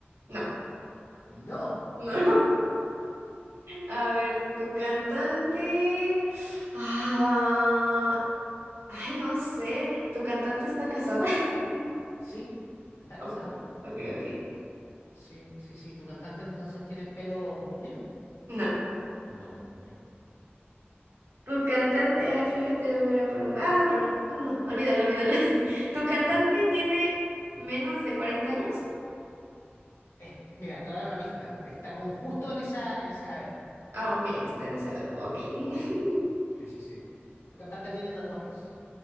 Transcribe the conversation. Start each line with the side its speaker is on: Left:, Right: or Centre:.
Right: No,
Left: No, ok.
Right: no. <laughs> A ver, tu cantante. Ah, ay, no sé. ¿Tu cantante está casada? <laughs>
Left: Sí, está
Right: Ok,
Left: casada.
Right: ok, ok.
Left: Sí, sí, sí. ¿Tu cantante entonces tiene el pelo rubio?
Right: No.
Left: No, ok.
Right: Tu cantante. Ah, fíjate, yo hubiera preguntado. Ah, no, pero bueno, no. Olvídalo, olvídalo. <laughs> ¿Tu cantante
Left: Sí.
Right: tiene menos de 40 años?
Left: Est- mira, te voy a dar una pista. Está como justo en esa, en esa edad.
Right: Ah, ok, está en esa edad. Ok. <laughs>
Left: Sí, sí, sí, sí. ¿Tu cantante tiene tatuajes?